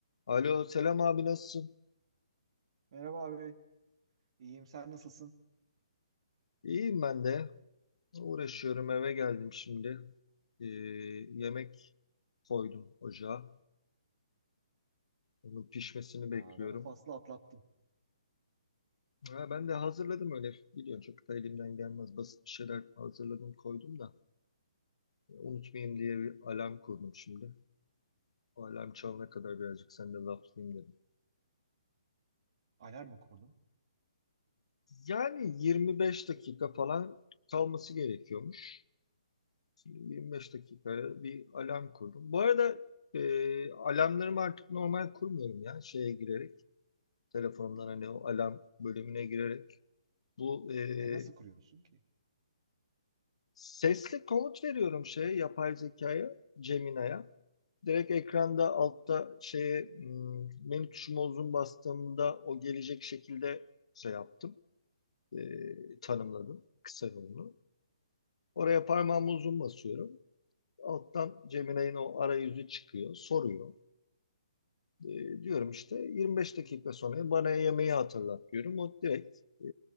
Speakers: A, on the left; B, on the right.
A: Alo, selam abi nasılsın?
B: Merhaba abi. İyiyim. Sen nasılsın?
A: İyiyim ben de. Uğraşıyorum eve geldim şimdi. Ee, yemek koydum ocağa. Onun pişmesini bekliyorum.
B: Aa, ben o faslı atlattım.
A: Ha, ben de hazırladım öyle. Biliyorsun çok da elimden gelmez. Basit bir şeyler hazırladım koydum da. E, Unutmayayım diye bir alarm kurdum şimdi. O alarm çalana kadar birazcık sen seninle laflayayım dedim.
B: Alarm mı kurdun?
A: Yani 25 dakika falan kalması gerekiyormuş. 25 dakikaya bir alarm kurdum. Bu arada e, alarmlarımı artık normal kurmuyorum ya şeye girerek. Telefondan hani o alarm bölümüne girerek. Bu e,
B: E nasıl kuruyorsun ki?
A: sesli komut veriyorum şeye yapay zekaya, Gemini'ye. Direkt ekranda altta şeye hmm, menü tuşuma uzun bastığımda o gelecek şekilde şey yaptım. E, tanımladım kısa yolunu. Oraya parmağımı uzun basıyorum. Alttan Gemini'nin o arayüzü çıkıyor, soruyor. E, diyorum işte 25 dakika sonra bana yemeği hatırlat diyorum. O direkt e,